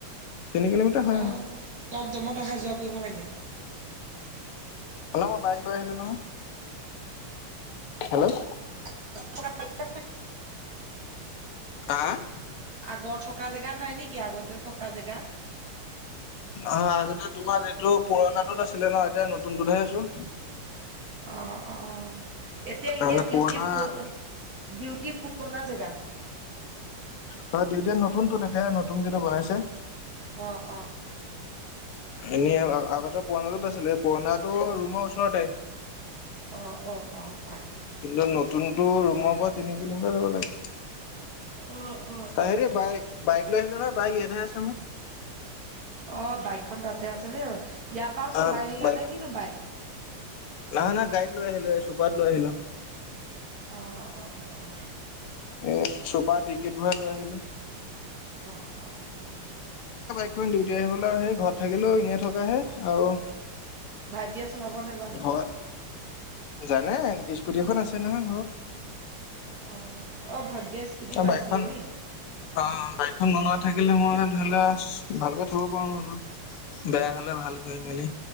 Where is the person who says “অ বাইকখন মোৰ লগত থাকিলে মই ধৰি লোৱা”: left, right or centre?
Left